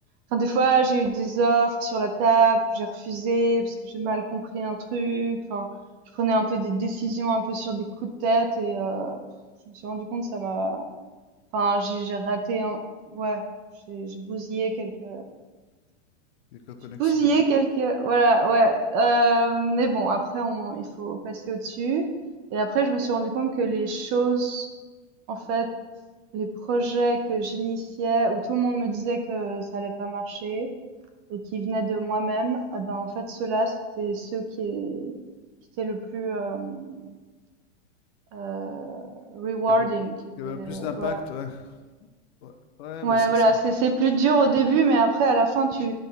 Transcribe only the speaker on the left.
Il y a que la connexion.
Il y avait
il y avait plus d'impact.
ouais. Ouais, ouais,
mais ça,
c'est